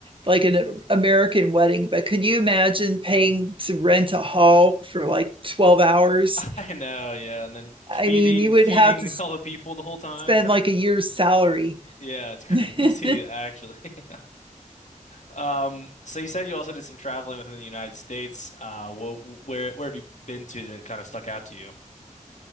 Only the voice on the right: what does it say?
like an American wedding, but could you imagine paying to rent a hall for like 12 hours?
I
mean, you would
have to
spend
like a year's salary.
<laughs>